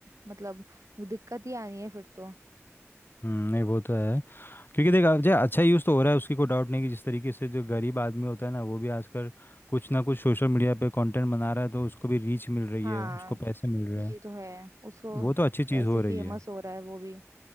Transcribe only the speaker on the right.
मतलब दिक्कत ही आनी है फिर तो
हाँ
ये
तो है उसको
पैसे
फेमस
हो रहा है वो भी